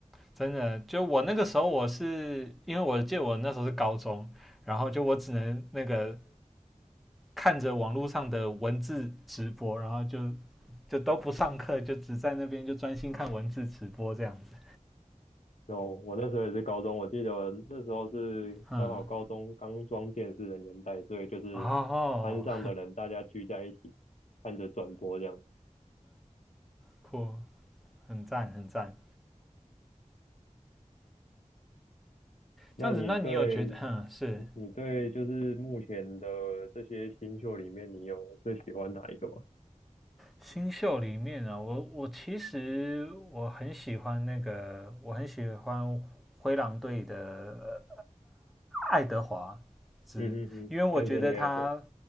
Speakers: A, in the centre; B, on the left.
A: 真的，就我那个时候，我是因为我记得我那时候是高中，然后就我只能那个看着网络上的文字直播，然后就就都不上课，就只在那边就专心看文字直播这样子。
B: 然后我那时候也是高中，我记得那时候是刚好高中刚装电视的年代，
A: 嗯，
B: 所以就是
A: 哦，哦
B: 班上的人大家聚在一起看着转播这样。
A: 酷，很赞很赞。
B: 那你对
A: 这样子，那你有觉得，哼，是
B: 你对就是目前的这些新秀里面，你有最喜欢哪一个吗？
A: 新秀里面啊，我我其实我很喜欢那个，我很喜欢灰狼队的爱德华兹，
B: 嗯哼哼，Anthony
A: 因为我觉得他
B: Edwards，